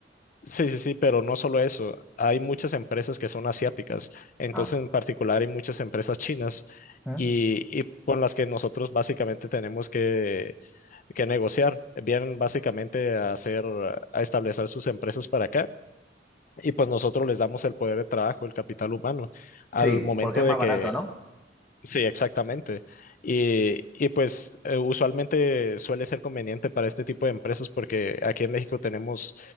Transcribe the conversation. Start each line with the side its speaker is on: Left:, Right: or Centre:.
Left: Sí, sí, sí, pero no solo eso, hay muchas empresas que son asiáticas, entonces
Centre: Ah.
Left: en particular hay muchas empresas chinas
Centre: ¿Mm?
Left: y, y con las que nosotros básicamente tenemos que, que negociar, vienen básicamente a hacer, a establecer sus empresas para acá y pues nosotros les damos el poder de trabajo, el capital humano, al
Centre: Sí,
Left: momento
Centre: porque es
Left: de
Centre: más
Left: que
Centre: barato,
Left: Sí, exactamente. Y, y pues eh, usualmente suele ser conveniente para este tipo de empresas porque aquí en México tenemos